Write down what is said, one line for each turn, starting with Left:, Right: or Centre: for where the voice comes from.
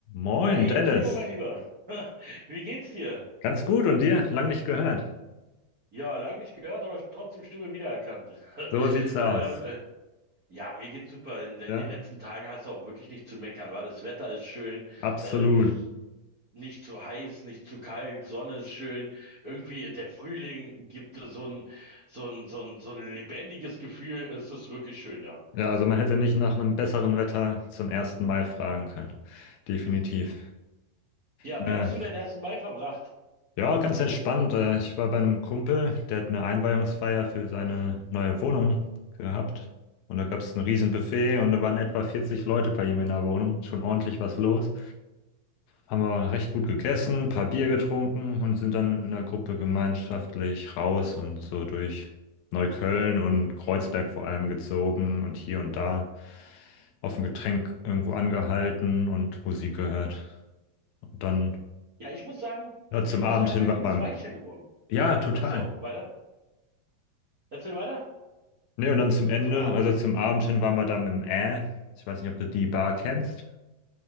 Left: Moin,
Right: Hey
Left: Dennis.
Right: Timo, mein Lieber, <laughs> wie geht's dir?
Left: Ganz gut und dir? Lang nicht gehört.
Right: Ja, lang nicht gehört, aber trotzdem Stimme wiedererkannt. <laughs>
Left: So sieht's aus.
Right: Ähm, äh, ja, mir geht's super. In, in
Left: Ja,
Right: den letzten Tagen hast du auch wirklich nicht zu meckern, war? Das Wetter ist schön,
Left: absolut.
Right: äh, nicht zu heiß, nicht zu kalt, Sonne ist schön. Irgendwie der Frühling gibt dir so ein, so ein, so ein, so ein lebendiges Gefühl. Es ist wirklich schön, ja.
Left: Ja, also man hätte nicht nach einem besseren Wetter zum ersten Mai fragen können. Definitiv.
Right: Ja,
Left: Äh,
Right: wie hast du den ersten Mai verbracht?
Left: ja, ganz entspannt. Äh, ich war bei einem Kumpel, der hat eine Einweihungsfeier für seine neue Wohnung gehabt. Und da gab es ein Riesenbuffet und da waren etwa 40 Leute bei ihm in der Wohnung. Schon ordentlich was los. Haben wir recht gut gegessen, ein paar Bier getrunken und sind dann in der Gruppe gemeinschaftlich raus und so durch Neukölln und Kreuzberg vor allem gezogen und hier und da auf ein Getränk irgendwo angehalten und Musik gehört. Und dann
Right: Ja, ich muss sagen,
Left: ja, zum
Right: ich muss
Left: Abend
Right: sagen,
Left: hin
Right: Berlin
Left: waren
Right: ist weicher
Left: wir im,
Right: geworden.
Left: ja, total.
Right: Ach so, weiter? Erzähl weiter
Left: Nee, und dann zum Ende,
Right: zum Abend
Left: also
Right: hin.
Left: zum Abend hin waren wir dann im Äh. Ich weiß nicht, ob du die Bar kennst.